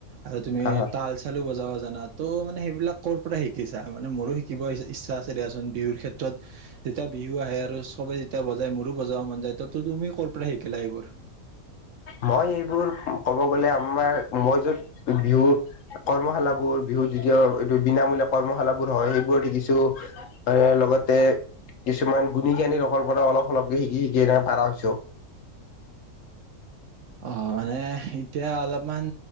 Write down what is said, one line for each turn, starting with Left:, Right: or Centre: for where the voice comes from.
Right: আৰু তুমি
Left: আহ
Right: তাল খোলো বজাব জানা তো মানে সেইবিলাক'ৰ পৰাই শিকিছা মানে মোৰো শিকিব ইচ্ছা আছে দিয়াচোন বিহুৰ ক্ষেত্ৰত যেতিয়া বিহু আহে আৰু চবে যেতিয়া বজাই মোৰো বজাব মন যায় ত তুমি ক'ৰ পৰাই শিকিলা এইবোৰ
Left: মই এইবোৰ ক'ব গ'লে আমাৰ মই য'ত বিহু কৰ্মশালাবোৰ বিহুত এইটো বিনামূলীয়া কৰ্মশালাাবোৰ হয় সেইবোৰ শিকিছোঁ। আৰু লগতে কিছুমান গুণী - জ্ঞানী লোকৰ পৰা অলপ অলপকে শিকি শিকি এ পাৰা হৈছো।
Right: অ' মানে। এতিয়া অলপমান